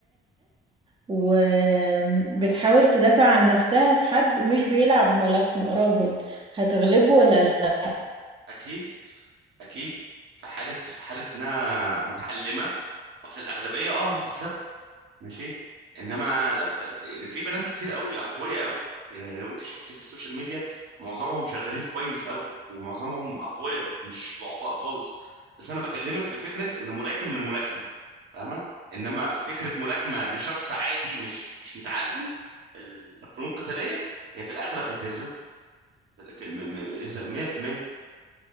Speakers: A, on the right; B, on the right.
A: وبتحاول تدافع عن نفسها في حد مش بيلعب ملاكمة راجل هتغلبه ولا لا
B: اكيد اكيد في حاله في حاله انها متعلمه في الاغلبيه اه هتكسبه ماشي انما ف- يعني في بنات كتير قوي اقوياء قوي يعني لو انت شفتي في السوشيال ميديا معظمهم شغالين كويس قوي ومعظمهم اقوياء مش ضعفاء خالص بس انا بكلمك في فكره ان ملاكم لملاكمه فاهمه انما في فكره ملاكمه لشخص عادي مش مش متعلم الفنون القتاليه هي في الاغلب هتهزمه في- في- م- م- 100%